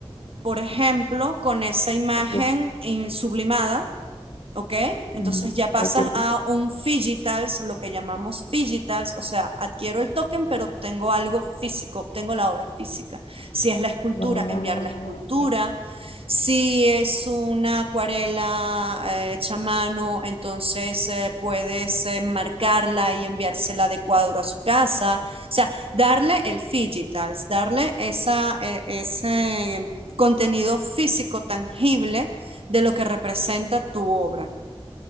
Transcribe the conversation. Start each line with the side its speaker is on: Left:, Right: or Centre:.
Right: por ejemplo, con esa imagen
Left: Ok.
Right: sublimada ¿ok? Entonces
Left: Mm,
Right: ya pasas
Left: ok, ok.
Right: a un digitals, lo que llamamos digitals, o sea, adquiero el token, pero obtengo algo físico, obtengo la obra física. Si es la escultura,
Left: Ah,
Right: enviar la escultura.
Left: ya.
Right: Si es una acuarela eh, hecha a mano, entonces eh, puedes eh, marcarla y enviársela de cuadro a su casa. O sea, darle el digitals, darle esa, eh, ese contenido físico tangible de lo que representa tu obra.